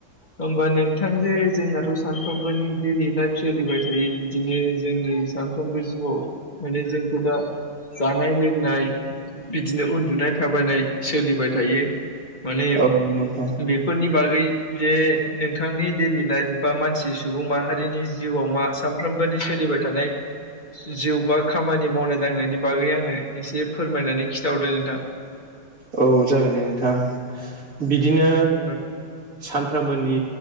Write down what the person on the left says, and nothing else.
होमबा नोंथां जे जोंनाथ' सानफ्रोमबोनि डेलि लाइफ सोलिबाय थायो बिदिनो जोंनि सानफ्रोमबो जिउआव माने जोंथ' दा जानाय लोंनाय बिदिनो उन्दुनाय थाबायनाय सोलिबाय थायो। माने
बेफोरनि बागै जे नोंथांनि डेलि लाइफ बा मानसि सुबुं माहारिनि जिउआव मा सानफ्रोम मबोनि सोलिबाय थानाय जिउ बा खामानि मावनाय दांनायनि बागै आंनो एसे फोरमायनानै खिथाहरदो नोंथां। <inaudible>
औ